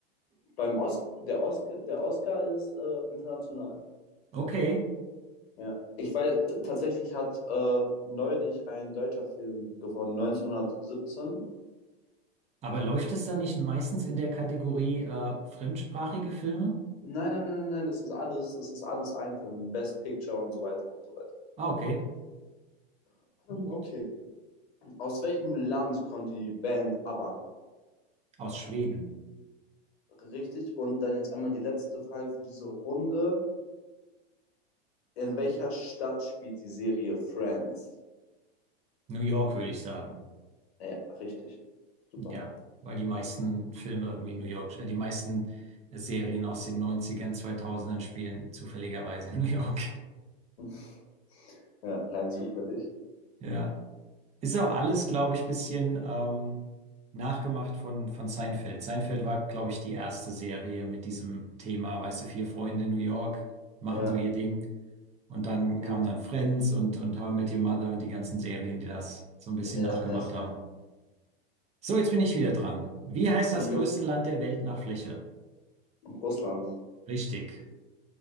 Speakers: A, on the left; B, on the right.
A: Beim Os der, Oscar der Oscar ist äh, international.
B: Okay.
A: Ja. Ich weiß, äh, tatsächlich hat äh, neulich ein deutscher Film gewonnen, 1917.
B: Aber läuft es dann nicht meistens in der Kategorie äh, fremdsprachige Filme?
A: Nein, nein, nein, nein, nein, das ist alles, das ist alles ein Film. Best Picture und so weiter und so weiter.
B: Ah, okay. Na
A: Ähm,
B: Gut.
A: Okay. Aus welchem Land kommt die Band ABBA?
B: Aus Schweden.
A: Richtig. Und dann jetzt einmal die letzte Frage für diese Runde. In welcher Stadt spielt die Serie Friends?
B: New York, würde ich sagen.
A: Ja, richtig. Super.
B: Ja, weil die meisten Filme irgendwie New York, äh, die meisten Serien aus den Neunzigern, Zweitausendern spielen zufälligerweise in New York. <laughs>
A: <laughs> ja, rein zufällig.
B: Ja. Ist auch alles, glaube ich, bisschen ähm, nachgemacht von, von Seinfeld. Seinfeld war, glaube ich, die erste Serie mit diesem Thema, weißt du, vier Freunde in New York machen
A: Ja,
B: so ihr Ding. Und dann
A: ja,
B: kam dann Friends und, und How I Met Your Mother und die ganzen Serien, die das so ein bisschen
A: ja,
B: nachgemacht
A: ja,
B: haben.
A: ja.
B: So, jetzt bin ich wieder dran. Wie heißt das
A: Jupp,
B: größte Land der Welt nach Fläche?
A: Russland.
B: Richtig.